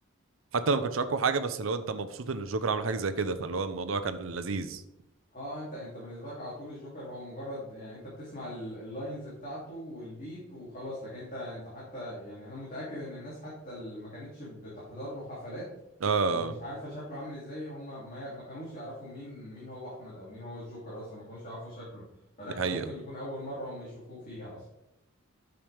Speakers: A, on the right (about 70°); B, on the left (about 40°).
A: حتى لو ما كانش اقوى حاجه بس لو انت مبسوط ان الجوكر عمل حاجه زي كده فاللي هو الموضوع كان لذيذ
B: اه انت انت بالنسبه لك على طول الجوكر هو مجرد يعني انت بتسمع ال- اللاينز بتاعته والبيت وخلاص لكن انت انت حتى يعني انا متاكد ان الناس حتى اللي ما كانتش بتحضر له حفلات
A: اه
B: او مش عارفه شكله عامل ازاي هم ما, ي- ما كانوش يعرفوا مين مين هو احمد او مين هو الجوكر اصلا ما كانوش يعرفوا شكله فده
A: دي
B: كان
A: حقيقه
B: ممكن يكون اول مره هم يشوفوه فيها اصلا